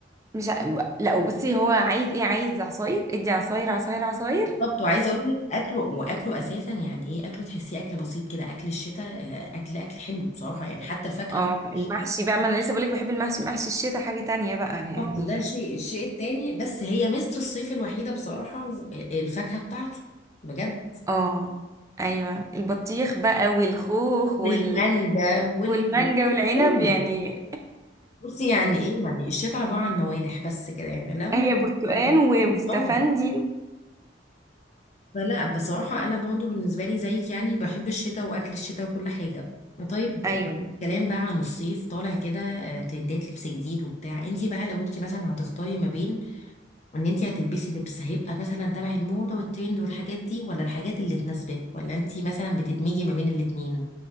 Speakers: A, on the right (about 15°); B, on the left (about 40°).
A: مش ع... لا وبصي هو عايز ايه عايز عصاير ادي عصاير عصاير عصاير
B: بالظبط وعايزه اقول لك اكله واكله اساسا يعني ايه اكله تحسيه اكل بسيط كده اكل الشتاء آه، اكل اكل حلو بصراحه يعني حتى الفاكهه
A: اه
B: بتاعت
A: المحشي
B: الشتاء
A: بقى ما انا لسه بقولك بحب المحشي محشي الشتاء حاجه تانية بقى يعني
B: بالظبط ده الشيء الشيء التاني بس هي ميزه الصيف الوحيده بصراحه و- الفاكهه بتاعته بجد
A: اه ايوه البطيخ بقى والخوخ وال...
B: والمانجا وال
A: والمانجا والعنب
B: كله
A: يعني
B: بصي يعني ايه يعني الشتاء عباره عن موالح بس كده يعني
A: <laughs>
B: ليمون
A: هي برتقان
B: اه
A: و... واستفندي
B: آه. فلا بصراحة أنا برضو بالنسبة لي زيك يعني بحب الشتاء وأكل الشتاء وكل حاجة طيب
A: ايوه
B: كلام بقى عن الصيف طالع كده آه، ترندات لبس جديد وبتاع انتي بقى لو انتي مثلا هتختاري ما بين ان انتي هتلبسي لبس هيبقى مثلا تبع الموضة والترند والحاجات دي ولا الحاجات اللي تناسبك ولا انتي مثلا بتدمجي ما بين الاتنين